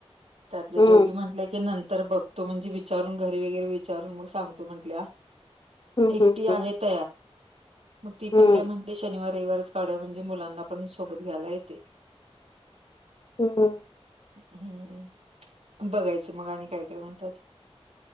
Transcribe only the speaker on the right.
त्यातले
दोघी म्हटले की नंतर बघ तो म्हणजे विचारून घरी वगैरे विचारून मग सांगतो म्हंटल्या
एकटी
आहेत त मग ती
पण काय म्हण शनिव रवारवणजे मुलांना पण सोबत घ्यायला येते
हम्म बघायचं मग आणि काय काय म्हणतात